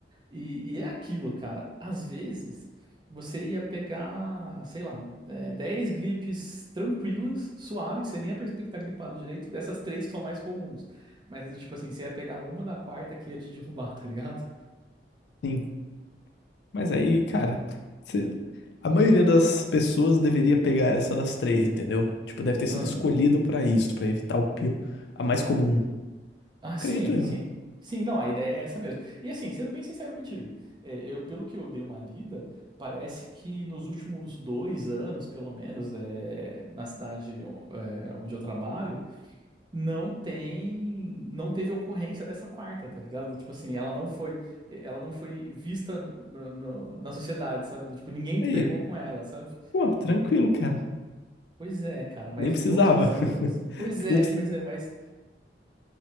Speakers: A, on the right (about 25°); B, on the left (about 70°).
A: E, e é aquilo, cara, às vezes você ia pegar, sei lá, é, 10 gripes tranquilas, suave, que você nem ia perceber que tá gripado direito, dessas três que são mais comuns. Mas é do tipo assim, você ia pegar uma na quarta que ia te <laughs> derrubar, tá ligado?
B: Sim. Mas aí, cara, se- a maioria das pessoas deveria pegar essa das três, entendeu? Tipo, deve ter sido
A: Aham.
B: escolhido pra isso, pra evitar o pior, a mais comum.
A: Ah, sim,
B: Acredito eu,
A: sim.
B: né?
A: Sim, não, a ideia é essa mesmo. E assim, sendo bem sincero contigo, é, eu, pelo que eu dei uma lida, parece que nos últimos dois anos, pelo menos, é, na cidade, é, onde eu trabalho, não tem, não teve ocorrência dessa quarta, tá ligado? Tipo assim, ela não foi, eh, ela não foi vista no- no- no- na sociedade, sabe? Do Tipo, ninguém
B: Aí,
A: pegou com ela, sabe?
B: pô, tranquilo, cara.
A: Pois é, cara, mas
B: Nem precisava.
A: em outros
B: <laughs>
A: anos, pois é,
B: Nem precisava.
A: pois é, mas